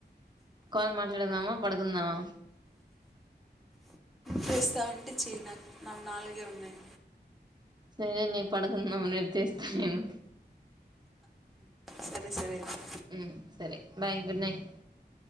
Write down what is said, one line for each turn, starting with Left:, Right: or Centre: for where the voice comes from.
Right: కాల్ మాట్లాడుదామా పడుకుందామా
Centre: చేస్తావంటే చేయి నాకు నావి నాలుగే ఉన్నాయ్
Right: సరేనే పడుకున్నము రేపు చేస్తా నేను
Centre: సరే సరే అయితే
Right: ఉమ్ సరే అండి bye good night